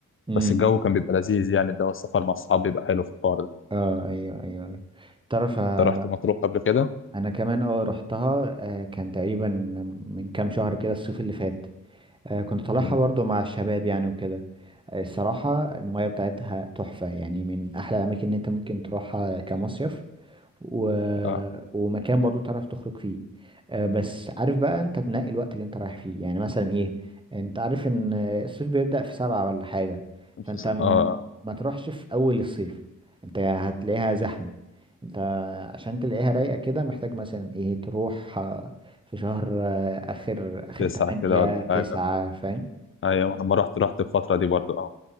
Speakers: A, on the right; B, on the left.
A: امم
B: بس الجو كان بيبقى لذيذ يعني ده السفر مع الصحاب بيبقى حلو في الحوار ده
A: اه ايوه ايوه أيوة. تعرف آه،
B: أنت رحت مطروح قبل كده؟
A: انا كمان اه رحتها آه، كان تقريبا من كام شهر كده الصيف اللي فات آه، كنت طالعها
B: مم.
A: برضو مع الشباب يعني وكده آه، الصراحة المياه بتاعتها تحفة يعني من احلى الاماكن اللي انت ممكن تروحها كمصيف و...
B: اه
A: ومكان برضو تعرف تخرج فيه آه، بس عارف بقى انت تنقي الوقت اللي انت رايح فيه يعني مثلا ايه انت عارف ان الصيف بيبدأ في سبعة ولا حاجة
B: مش
A: فانت
B: س-
A: م-
B: اه
A: ما تروحش في اول الصيف انت هتلاقيها زحمة انت عشان تلاقيها رايقة كده محتاج مثلا ايه تروح آه، في شهر آه، اخر اخر
B: تسعة
A: تمانية
B: كده ولا
A: تسعة
B: حاجة
A: فاهم
B: أيوة أنا لما رحت رحت الفترة دي برضو اه